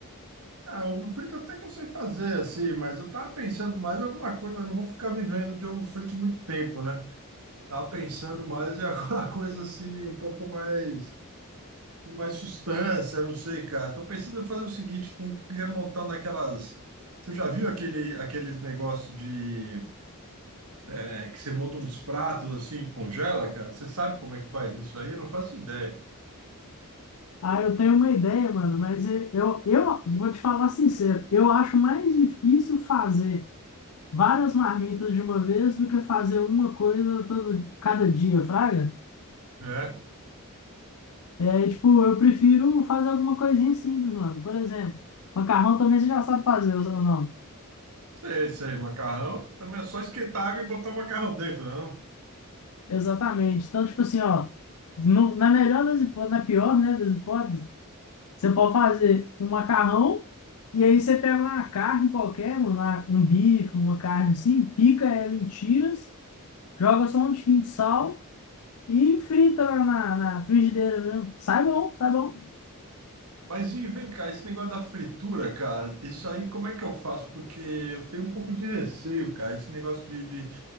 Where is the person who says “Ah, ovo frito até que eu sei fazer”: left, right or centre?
Right